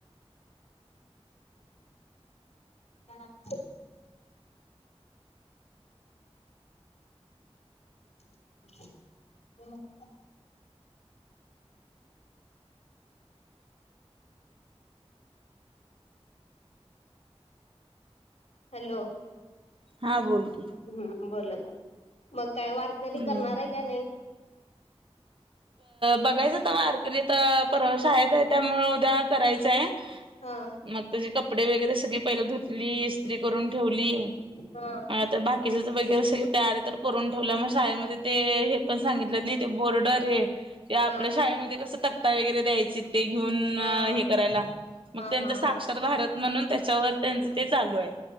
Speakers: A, on the left; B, on the right.
A: <unintelligible> हो. हॅलो.
B: हां बोल की.
A: हम्म बोलत, मग काय वारकरी
B: हम्म.
A: करणार आहे काय नाही.
B: बघायचं तवा वारकरी त परवा शाळेत आहे त्यामुळ उद्या करायचंय.
A: हा.
B: मग तुझी कपडे वगैरे सगळी पहिला धुतली इस्त्री करून ठेवली.
A: हा.
B: तर बाकीच <unintelligible> वगैरे अस तयार तर करून ठेवल्या मग शाळेमध्ये ते हे पण सांगितलं नाही ते बोर्डर हे, आपल्या
A: हा
B: शाळेमध्ये कसं तकता वगैरे द्यायचे. ते घेऊन
A: हा
B: हे
A: हा
B: करायला, मग
A: हा
B: त्यांच
A: हा
B: साक्षात
A: हा
B: भारत म्हणून त्याच्यावर त्यांच ते चालू आहे,